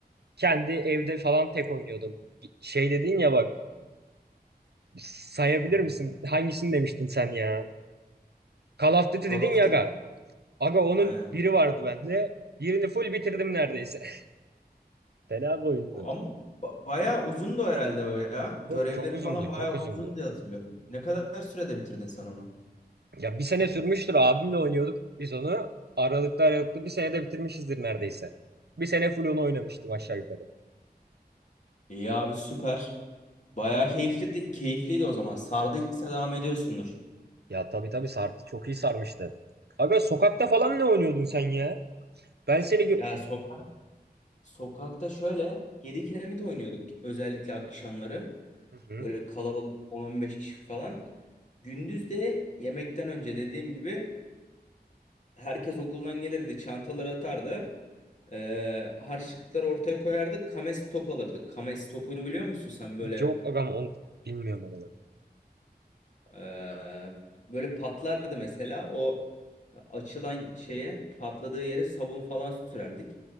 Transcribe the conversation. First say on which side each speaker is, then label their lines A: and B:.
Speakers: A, on the right; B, on the left.
A: kendi evde falan tek oynuyordum. Şey dedin ya bak sayabilir misin? Hangisini demiştin sen ya? Call of Duty
B: Call
A: dedin
B: of Duty.
A: ya aga. Aga onun
B: Aynen.
A: biri vardı bende. Birini full bitirdim neredeyse. <laughs> Fena bir oyundu.
B: O- Ama ba- bayağı uzundu herhalde o ya. Görevleri
A: Çok çok uzundu,
B: falan bayağı
A: çok uzundu.
B: uzun diye hatırlıyorum. Ne kadar sürede bitirdin sen onu?
A: Ya bir sene sürmüştür abimle oynuyorduk biz onu. Aralıkta aralıklı bir senede bitirmişizdir neredeyse. Bir sene full onu oynamıştım aşağı yukarı.
B: İyi abi süper. Bayağı keyifliydi, keyifliydi o zaman. Sardıysa devam ediyorsundur.
A: Ya tabii tabii sardı, çok iyi sarmıştı. Aga sokakta falan ne oynuyordun sen ya? Ben seni gö-
B: Ya so- sokakta şöyle 7 kiremit oynuyorduk özellikle akşamları.
A: Hı hı.
B: Böyle kalabalık 10-15 kişi falan. Gündüz de yemekten önce dediğim gibi herkes okuldan gelirdi, çantaları atardı. Ee, harçlıkları ortaya koyardık. Kames top alırdık. Kames topunu biliyor musun sen böyle
A: Yok agam onu bilmiyorum onu. ben.
B: ee, böyle patlardı mesela. O açılan şeye patladığı yere sabun falan sürerdik.